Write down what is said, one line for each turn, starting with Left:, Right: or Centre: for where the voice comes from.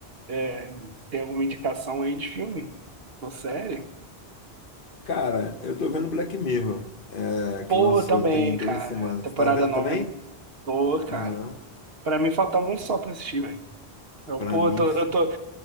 Right: É, tem alguma indicação aí de filme? Ou série?
Left: Cara, eu tô vendo Black Mirror, é, que
Right: Pô,
Left: lançou
Right: também,
Left: tem duas
Right: cara.
Left: semanas.
Right: Temporada
Left: Tá vendo
Right: nova,
Left: também?
Right: né? Pô, cara.
Left: Aham.
Right: Pra mim faltava um só pra assistir, velho. Eu,
Left: Pra
Right: Pô,
Left: mim.
Right: eu tô, eu tô,